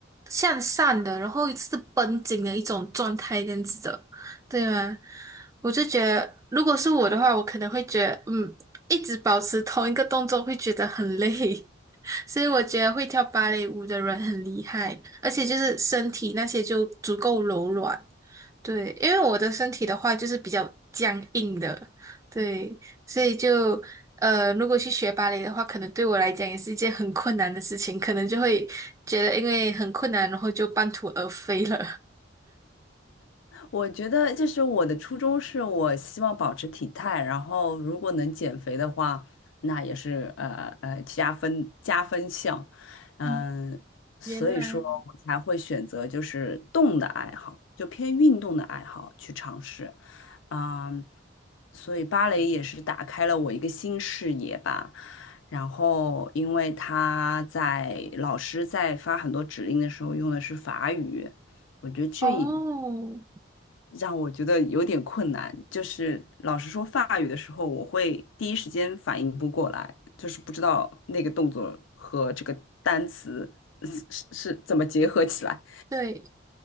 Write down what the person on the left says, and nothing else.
我觉得就是我的初衷是我希望保持体态，然后如果能减肥的话，那也是呃呃加分加分项。嗯，
所以说我才会选择就是动的爱好，
就偏运动的爱好去尝试。啊，所以芭蕾也是打开了我一个新视野吧。然后，因为他在老师在发很多指令的时候用的是法语，我觉得这一
让我觉得有点困难。就是老师说法语的时候，我会第一时间反应不过来，就是不知道那个动作和这个单词 <laughs> 是是是怎么结合起来。